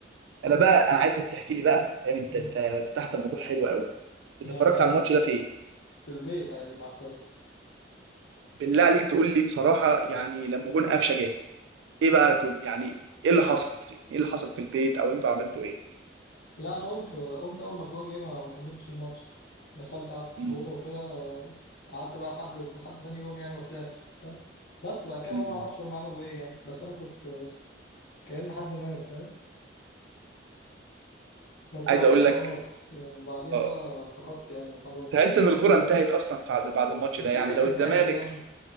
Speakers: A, on the right; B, on the left.
A: انا بقى انا عايزك تحكي لي بقى فاهم انت
B: امم
A: انت فتحت موضوع حلو قوي انت
B: <laughs> آه،
A: اتفرجت على الماتش ده فين
B: في البيت عادي مع اخواتي
A: بالله عليك تقول لي بصراحه يعني لما جون قفشه جه ايه بقى كنت يعني ايه اللي حصل ايه اللي حصل في البيت او انتوا عملتوا ايه
B: لا انا قمت قمت اول ما الجون جه ما ما كملتش الماتش دخلت قعدت في
A: مم.
B: الاوضه وكده قعدت بقى لحد لحد ثاني يوم يعني ما طلعتش وبتاع بس بعد كده
A: مم.
B: بقى ما اعرفش هم عملوا ايه يعني بس انا كنت كأن حد مات فاهم بس
A: عايز
B: بعديها
A: اقول
B: خلاص
A: لك
B: يعني بعديها
A: اه
B: بقى فقدت يعني خلاص
A: تحس ان الكره انتهت اصلا بعد بعد الماتش
B: مش
A: ده
B: فكرة
A: يعني لو
B: انتهت
A: الزمالك
B: يعني